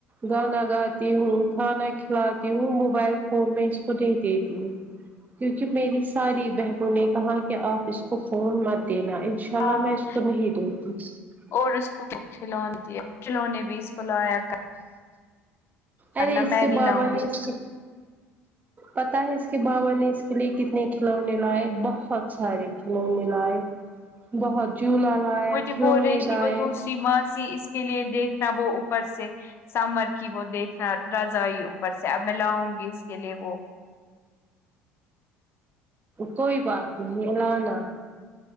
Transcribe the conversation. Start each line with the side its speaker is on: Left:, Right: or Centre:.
Right: گانا گاتی ہوں کھانا کھلاتی ہوں موبائل فون میں اس کو نہیں دیتی ہوں کیوںکہ میری ساری بہنوں نے کہا کہ آپ اس کو فون مت دینا انشاءاللہ
Left: ہاں
Right: میں اس کو نہیں دونگی <unintelligible>
Left: اور اس کو کھلونے دیا کھلو نے بھی اس کو لایا کرنا
Right: ارے اس
Left: میں
Right: کے
Left: بھی
Right: بابا
Left: لاؤں گی
Right: نے اس پتا ہے اس کے بابا نے اس کے لیے کتنے کھلونے لائے بہت سارے کھلونے لائے بہت جوھلا لایا
Left: مجھے
Right: کھلونے
Left: بول رہی تھی
Right: لائے
Left: وہ دوسری ماسی اس کے لیے دیکھنا وہ اوپر سے سامر کی وہ دیکھنا رضائی اوپر سے اب میں لاؤں گی اس کے لیے وہ
Right: کوئی بات نہیں میلانا